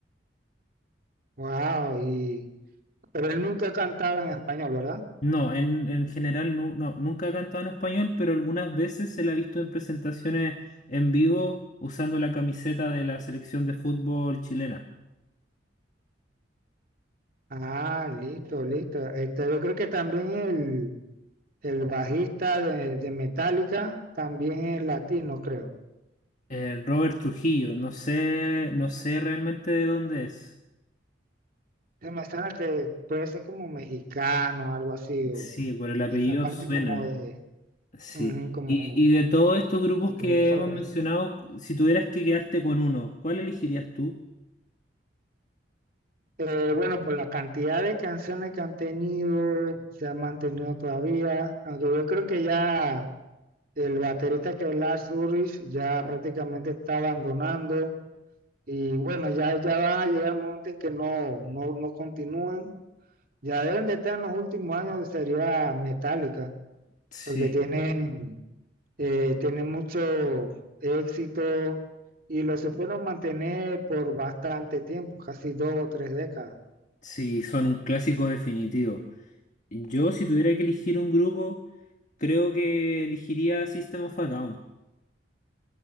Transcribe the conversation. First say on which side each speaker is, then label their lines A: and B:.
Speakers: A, on the right; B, on the left.
A: Wow, y pero él nunca ha cantado en español, ¿verdad?
B: No, en, en general nu- no, nunca ha cantado en español, pero algunas veces se la ha visto en presentaciones en vivo usando la camiseta de la selección de fútbol chilena.
A: Ah, listo, listo. Este, yo creo que también el, el bajista de, de Metallica también es latino, creo.
B: Eh, Robert Trujillo, no sé, no sé realmente de dónde es.
A: Se me suena que puede ser como mexicano, algo así, o
B: Sí, por el apellido
A: esa parte
B: suena.
A: como de,
B: Sí.
A: ujú, como
B: Y, y de todos estos grupos
A: de California.
B: que hemos mencionado, si tuvieras que quedarte con uno, ¿cuál elegirías tú?
A: Eh, bueno, por la cantidad de canciones que han tenido, se han mantenido todavía, aunque yo creo que ya el baterista que es Lars Ulrich ya prácticamente está abandonando y bueno, ya, ya van a llegar el momento en que no, no, no continúen, ya deben de estar en los últimos años de sería metálica,
B: Sí,
A: porque tienen, eh, tienen mucho éxito y lo supieron mantener por bastante tiempo, casi dos o tres décadas.
B: sí, son un clásico definitivo. Yo, si tuviera que elegir un grupo, creo que elegiría System of a Down.